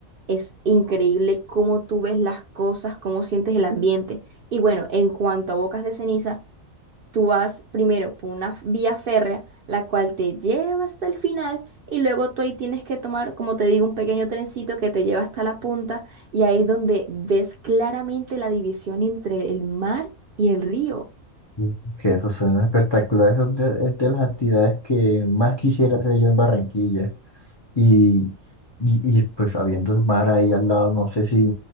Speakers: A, on the right; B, on the left.
A: es increíble cómo tú ves las cosas, cómo sientes el ambiente. Y bueno, en cuanto a Bocas de Ceniza, Tú vas primero por una f- vía férrea, la cual te lleva hasta el final y luego tú ahí tienes que tomar, como te digo, un pequeño trencito que te lleva hasta la punta y ahí es donde ves claramente la división entre el mar y el río.
B: Mm. Que eso suena espectacular. Eso es de, es de las actividades que más quisiera hacer yo en Barranquilla. Y, y, y, pues habiendo el mar ahí al lado, no sé si